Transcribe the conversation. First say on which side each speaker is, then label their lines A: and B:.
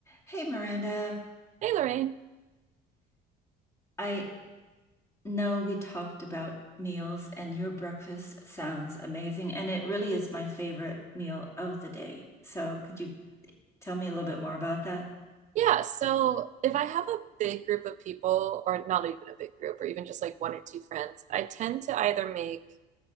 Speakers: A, on the left; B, on the right.
A: Hey Miranda,
B: Hey Lorraine.
A: I know we talked about meals and your breakfast sounds amazing, and it really is my favorite meal of the day. So could you tell me a little bit more about that?
B: Yeah, so if I have a big group of people, or not even a big group, or even just like one or two friends, I tend to either make